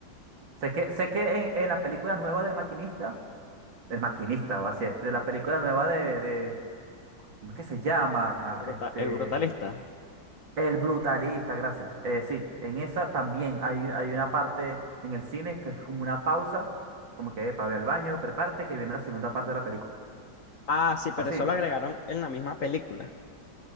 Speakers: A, on the right; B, on the left.
A: Sé que, sé que en, en la película nueva del maquinista, del maquinista, va a ser, de la película nueva de, de- ¿cómo es que se llama?
B: El bruta-
A: Este,
B: el brutalista.
A: El Brutalista, gracias. Eh, sí, en esa también hay, hay una parte en el cine que es como una pausa, como que, epa, ve al baño, prepárate, que viene la segunda parte de la película.
B: Ah, sí, pero
A: Así.
B: eso lo agregaron en la misma película.